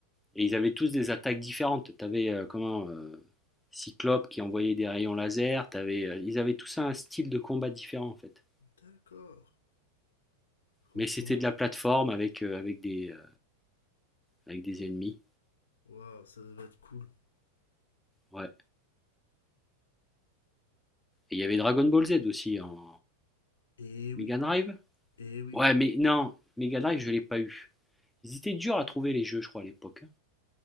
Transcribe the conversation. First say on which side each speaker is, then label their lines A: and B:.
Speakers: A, in the centre; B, on the left (about 65°).
A: Et ils avaient tous des attaques différentes. Tu avais euh, comment euh, Cyclope qui envoyait des rayons laser. T'avais, euh, ils avaient tous un style de combat différent en fait.
B: D'accord. Franchement,
A: Mais c'était de la plateforme avec, euh, avec, des, euh, avec des ennemis.
B: waouh, ça devait être cool.
A: Ouais. Et il y avait Dragon Ball Z aussi en
B: Eh oui,
A: Mega Drive.
B: eh oui.
A: Ouais, mais non, Mega Drive, je l'ai pas eu. Ils étaient durs à trouver les jeux, je crois, à l'époque. hein.